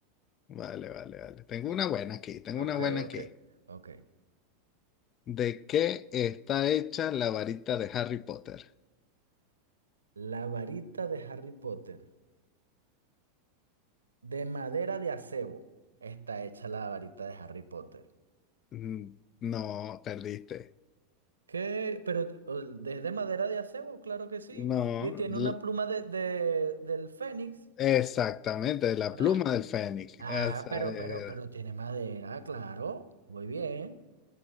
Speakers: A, on the left; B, on the right.
A: Vale, vale, vale. Tengo
B: Ujú.
A: una buena aquí, tengo una
B: Ok,
A: buena aquí.
B: ok, ok.
A: ¿De qué está hecha la varita de Harry Potter?
B: La varita de Harry Potter, de madera de acebo, está hecha la varita de Harry Potter.
A: Mm, No, perdiste.
B: ¿Qué? Pero o- desde madera de acebo, claro que sí.
A: No,
B: Y tiene
A: l-
B: una pluma de, de- del Fénix.
A: exactamente, la pluma
B: Ah,
A: del fénix.
B: Ah,
A: Esa
B: pero,
A: era.
B: pero, pero tiene madera, claro. Muy bien.